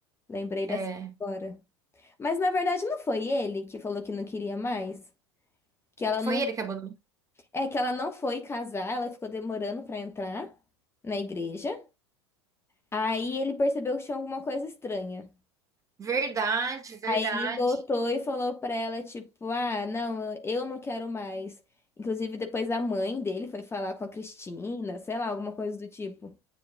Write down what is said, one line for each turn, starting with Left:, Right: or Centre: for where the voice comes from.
Left: Lembrei dessa
Right: É,
Left: agora. Mas na verdade não foi ele que falou que não queria mais? Que ela
Right: foi
Left: não,
Right: ele que abandonou.
Left: é que ela não foi casar, ela ficou demorando pra entrar na igreja. Aí ele percebeu que tinha alguma coisa estranha.
Right: Verdade, verdade,
Left: Aí ele voltou e falou pra ela tipo, ah, não, eu não quero mais. Inclusive depois a mãe dele foi falar com a Cristina, sei lá, alguma coisa do tipo.